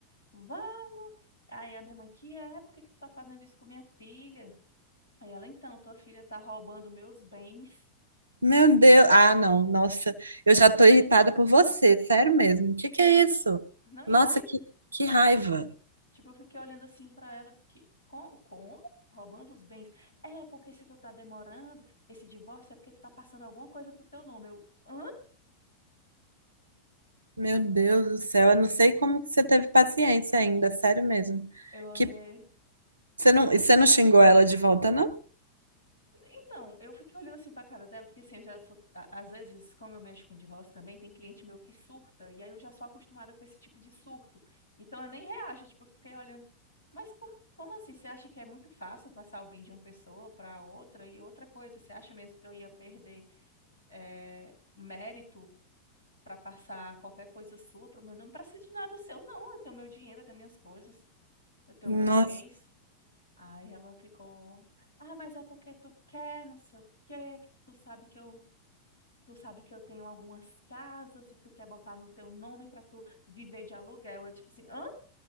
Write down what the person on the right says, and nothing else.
Meu Deus. Ah, não. Nossa, eu já tô irritada por você, sério mesmo. O que que é isso?
Nossa,
que, que raiva.
Meu Deus do céu, eu não sei como que você teve paciência ainda, sério mesmo.
Que você não, e você não xingou ela de volta, não?
Nossa.